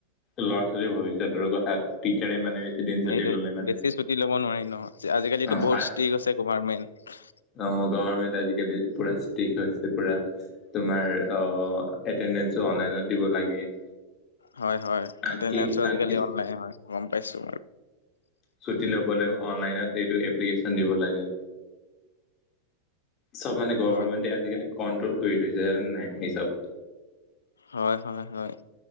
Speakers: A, on the left; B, on the left.
A: ল'ৰা ছোৱালীৰ ভৱিষ্যতৰ কথা তৎ তিচাৰে মানে দিন ছুটি
B: সেইটোয়েইটো
A: ললে মানে
B: বেছি ছুটি ল'ব নোৱাৰি ন আজিকালিতো
A: অ
B: বহুত
A: আ-
B: ষ্ট্ৰিক আছে গভাৰমেণ্ট
A: অ গভমেণ্ট আজিকালি পুৰা ষ্ট্ৰিক হৈছে পুৰা তোমাৰ আহ এটেডেঞ্চো অনলাইনত দিব লাগে।
B: হয় হয় ইয়াতে
A: আনকি
B: নেত ছ আজিকালি
A: আনকি
B: অনলাই হয় গম পাইছো।
A: ছুট লবলৈ অনলাইনত এইটো এপ্লিকেশন দিব লাগে। চব মানে গভমেণ্টে
B: হয়
A: আজিকালি কণ্ট্ৰল কৰি থৈছে নাই এই চব
B: হয় হয় হয়